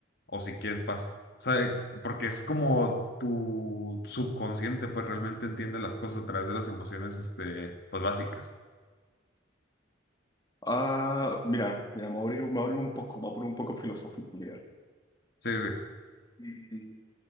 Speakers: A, on the left; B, on the left.
A: o si quieres paz. O sea, porque es como tu subconsciente, pues realmente entiende las cosas a través de las emociones, este, pues básicas.
B: Ah, mira, mira, me voy a abrir, me voy a abrir un poco, me voy a poner un poco filosófico, mira.
A: Sí, sí,
B: Mm,